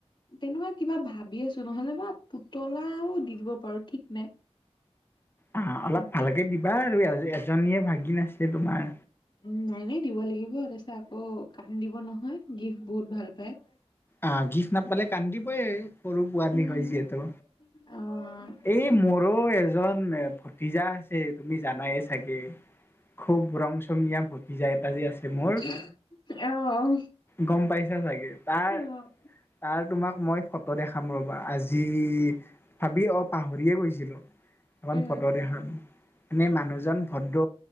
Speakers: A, on the left (about 45°); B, on the left (about 20°).
A: তেনেকুৱা কিবা ভাবি আছোঁ, নহলে বা পুতলাও দি দিব পাৰো ঠিক নাই।
B: অ', অলপ
A: সেইটো
B: ভালকে দিবা আৰু, এজনীয়ে ভাগিন আছে তোমাৰ।
A: উম, নাই নাই দিব লাগিব। তাৰপিছত আকৌ কান্দিব নহয়, গিফ্ট বহুত ভাল পায়।
B: অ', গিফ্ট নাপালে কান্দিবই, সৰু পোৱালি
A: উম
B: হয় যিহেতু।
A: অ'।
B: এই, মোৰো এজন ভতিজা আছে তুমি জানায়ে চাগে। খুব ৰং চঙীয়া ভটিজা এটা যে আছে।
A: <unintelligible>
B: মোৰ গম পাইছা চাগে, তাৰ
A: অ'
B: তাক তোমাক মই ত' দেখাম ৰ'বা আজি, ভাবি অ' পাহৰিয়ে গৈছিলো। এখন
A: এ
B: ফটো দেখাম, এনেই মানুহজন ভদ্ৰ,